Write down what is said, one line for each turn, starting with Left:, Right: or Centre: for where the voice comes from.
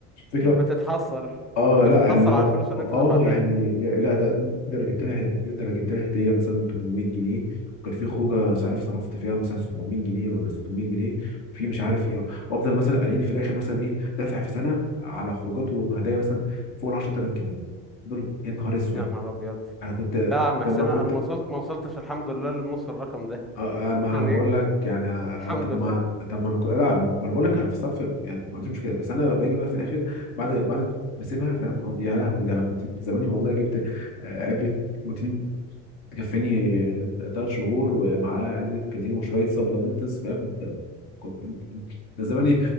Left: فكره
Centre: بتتحسر
Left: اه
Centre: بتتحسر
Left: لا اللي هو
Centre: على الفلوس
Left: اه
Centre: اللي انت دفعتها
Left: يعني يا- لا ده ده انا جبت لها ده انا جبت لها هديه مثلا 800 جنيه وكان في خروجه مش عارف صرفت فيها مثلا 700 جنيه ولا 600 جنيه في مش عارف ايه وافضل مثلا قاريني في الاخر مثلا ايه دافع في سنه على خروجات وهدايا مثلا فوق ال 10000 جنيه دول يا نهار اسود
Centre: يا نهار ابيض
Left: انا كنت
Centre: لا يا عم حسين
Left: لما كنت
Centre: انا ما وصلت ما وصلتش الحمد لله لنص الرقم ده
Left: آه، آه، ما
Centre: <laughs> يعني
Left: بقول
Centre: إيه؟
Left: لك يعني آه،
Centre: الحمد
Left: طب
Centre: لله
Left: ما
Centre: <laughs>
Left: طب ما انا كو... لا ما انا بقول لك انا في الصرف يعني ما عنديش مشكله بس انا باجي بقى في الاخر بعد بعد ما اسيبها فاهم أو- يا لهوي ده انا كنت زماني والله جبت آه، علبه بروتين تكفيني ثلاث شهور ومعاه علبه كرياتين وشويه سبلمنتس فاهم كان- كنت كان زماني